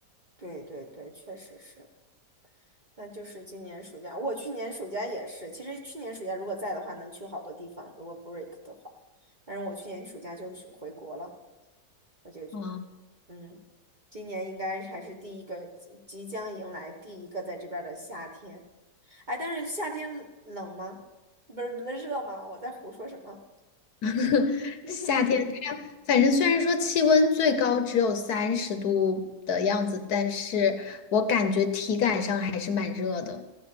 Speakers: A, on the right; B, on the left.
A: 对对对，确实是，那就是今年暑假，我去年暑假也是，其实去年暑假如果在的话，能去好多地方，如果 break 的话，但是我去年暑假就是回国了。我就觉得，
B: 啊。
A: 嗯，今年应该还是第一个，即即将迎来第一个在这边儿的夏天。哎，但是夏天冷冷吗？不是热吗？我在胡说什么？
B: <laughs>
A: <laughs>
B: 夏天它反正虽然说气温最高只有三十度的样子，但是我感觉体感上还是蛮热的。